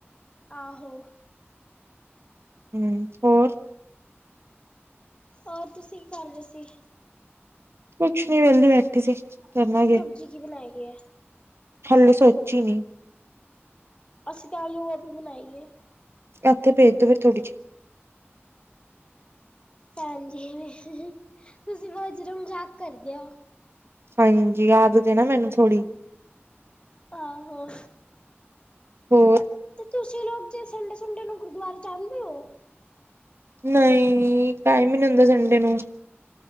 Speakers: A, on the left; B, on the right.
A: ਆਹੋ।
B: ਹੂੰ, ਹੋਰ
A: ਆ ਤੁਸੀਂ ਕੀ ਕਰ ਰੇ ਸੀ?
B: ਕੁਛ ਨੀ ਵੇਲੀ ਬੈਠੀ ਸੀ। ਕਰਨਾ ਕੀ।
A: ਜੀ ਕੀ ਬਣਾਈ ਏ?
B: ਹਲੇ ਸੋਚੀ ਨੀ।
A: ਅਸੀ ਤਾਂ ਆਲੂ-ਗੋਬੀ ਬਣਾਈ ਏ।
B: ਐਥੇ ਭੇਜ ਦੋ ਫੇਰ ਥੋੜੀ ਜੀ।
A: ਹਾਂਜੀ, ਤੁਸੀਂ ਬੌਤ ਜੈਦਾ ਮਜਾਕ ਕਰਦੇ ਓ।
B: ਹਾਂਜੀ, ਆਦਤ ਏ ਨਾ ਮੈਨੂੰ ਥੋੜ੍ਹੀ।
A: ਆਹੋ।
B: ਹੋਰ
A: ਤੇ ਤੁਸੀਂ ਲੋਕ ਜੇ ਸੰਡੇ-ਸੁੰਡੇ ਨੂੰ ਗੁਰਦੁਆਰੇ ਜਾਂਦੇ ਓ?
B: ਨਹੀਂ, ਟਾਈਮ ਈ ਨੀ ਹੁੰਦਾ ਸੰਡੇ ਨੂੰ।